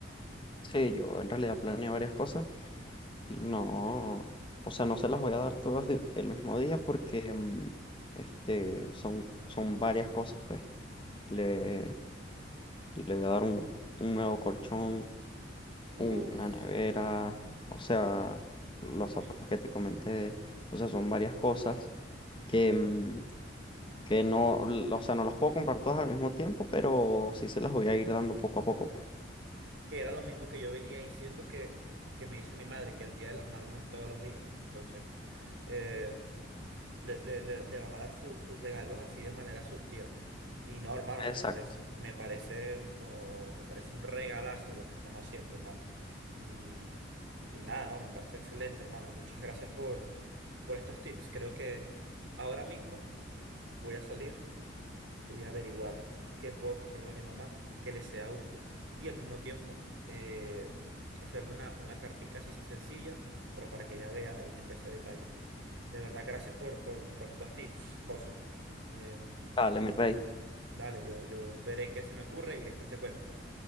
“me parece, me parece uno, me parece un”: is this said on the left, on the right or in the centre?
Right